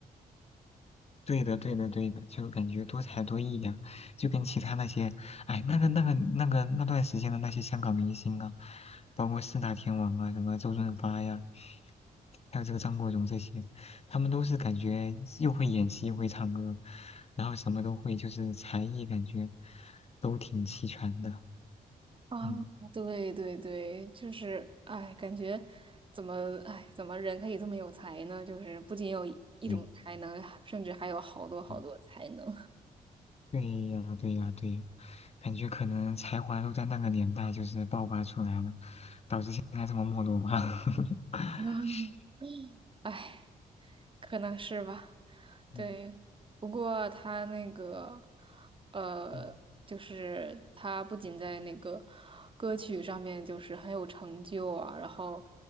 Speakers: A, on the left; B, on the right.
A: 对的，对的，对的，就感觉多才多艺呀、就跟其他那些，哎，那个、那个、那个那段时间的那些香港明星啊，包括四大天王啊，什么周润发呀，还有这个张国荣这些，他们都是感觉又会演戏，又会唱歌，然后什么都会，就是才艺感觉都挺齐全的。
B: 啊，
A: 嗯，
B: 对对对，就是哎，感觉怎么哎，怎么人可以这么有才呢？就是不仅有一一种才能，
A: 对，
B: 甚至还有好多好多才能。
A: 嗯对呀，对呀，对呀，感觉可能才华都在那个年代就是爆发出来了，导致现在这么没落吧。<laughs>
B: <laughs> 哎，可能是吧，对。
A: 嗯
B: 不过他那个，呃，
A: 嗯，
B: 就是他不仅在那个歌曲上面就是很有成就啊，然后